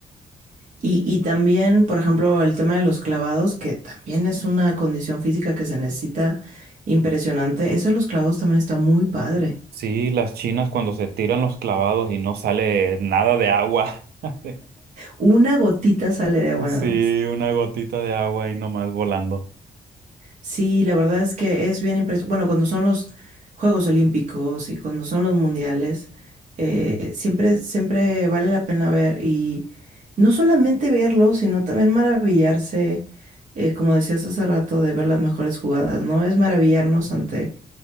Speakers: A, on the right (about 50°); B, on the right (about 80°).
A: Y, y también, por ejemplo, el tema de los clavados, que también es una condición física que se necesita impresionante. Eso de los clavados también está muy padre.
B: Sí, las chinas cuando se tiran los clavados y no sale nada de agua. <laughs>
A: Una gotita sale de agua
B: Sí,
A: nada más.
B: una gotita de agua y nomás volando.
A: Sí, la verdad es que es bien impresionante. Bueno, cuando son los Juegos Olímpicos y cuando son los mundiales, eh, siempre, siempre vale la pena ver y no solamente verlo, sino también maravillarse, eh, como decías hace rato, de ver las mejores jugadas, ¿no? Es maravillarnos ante,